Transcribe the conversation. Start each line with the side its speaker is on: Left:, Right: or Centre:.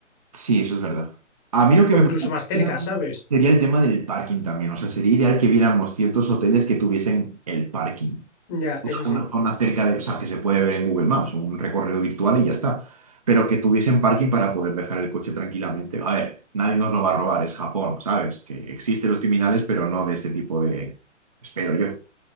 Right: sí, eso es verdad. A mí lo que
Left: o
Right: me
Left: incluso
Right: preocupa
Left: más cerca, ¿sabes?
Right: sería el tema del parking también. O sea, sería ideal que viéramos ciertos hoteles que tuviesen el parking.
Left: Ya, eso
Right: una
Left: sí.
Right: zona cerca de, o sea, que se puede ver en Google Maps, un recorrido virtual y ya está, pero que tuviesen parking para poder dejar el coche tranquilamente. A ver, nadie nos lo va a robar, es Japón, ¿sabes? Que existen los criminales, pero no de ese tipo de, espero yo.